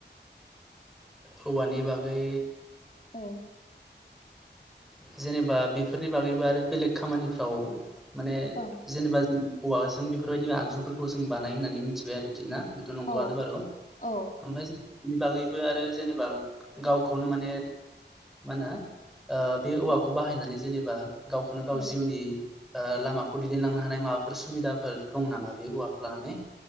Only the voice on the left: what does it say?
औ।
औ
औ
औ
औ